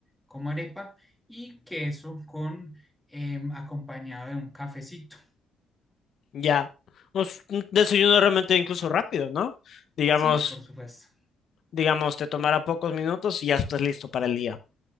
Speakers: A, in the centre; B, on the left.
A: como arepa y queso con em, acompañado de un cafecito.
B: ya. Pues, un desayuno realmente incluso rápido, ¿no? Digamos,
A: Sí, por supuesto.
B: digamos, te tomará pocos minutos y ya estás listo para el día.